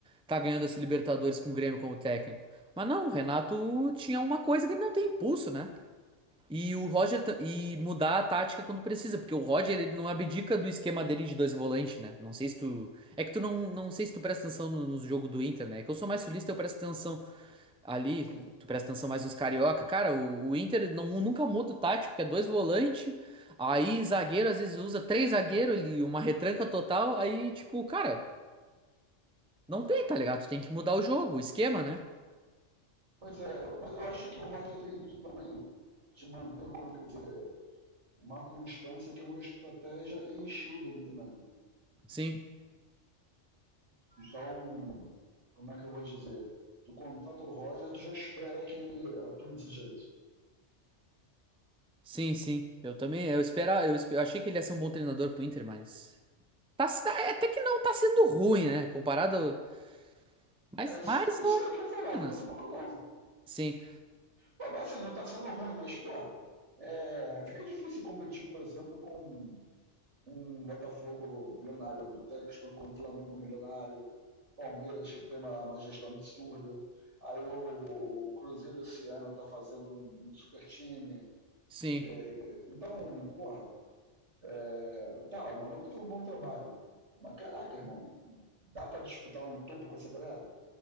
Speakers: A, in the centre; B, on the right.
A: tá ganhando esse Libertadores com o Grêmio como técnico. Mas não, o Renato tinha uma coisa que ele não tem impulso, né? E o Roger ta- e mudar a tática quando precisa, porque o Roger ele não abdica do esquema dele de dois volantes, né? Não sei se tu é que tu não, não sei se tu presta atenção no, no jogo do Inter, né? É que eu sou mais sulista, eu presto atenção ali,
B: Sim.
A: tu presta atenção mais nos carioca. Cara, o, o Inter não nunca muda o tático, que é dois volantes, aí zagueiro às vezes usa três zagueiro ali, uma retranca total, aí tipo, cara, não tem, tá ligado? Tu tem que mudar o jogo, o esquema, né?
B: Pois é, mas eu acho que o Roger tem isso também, de manter, como é que eu vou dizer, uma constância que é uma estratégia e estilo dele também.
A: Sim.
B: Então, como é que eu vou dizer? Tu contrata o Roger, tu já espera que ele atue desse jeito.
A: Sim, sim. Eu também, eu esperava, eu, espe- eu achei que ele ia ser um bom treinador pro Inter, mas Tá, tá- até que não tá sendo ruim, né? Comparado. Mas
B: É,
A: mais
B: é isso
A: ou
B: aí que eu falar,
A: menos.
B: não tô falando que não.
A: Sim,
B: Pô, Mas assim, não tá sendo ruim, mas, pô, é, fica difícil competir, por exemplo, com um Botafogo milionário do Textor com o Flamengo milionário, Palmeiras que tem uma, uma gestão absurda. Aí o, o Cruzeiro esse ano tá fazendo um, um super time.
A: sim.
B: É, é, então, porra, é, tá, o maluco tá fazendo um bom trabalho. Mas caraca, irmão, dá pra disputar um topo com essa galera?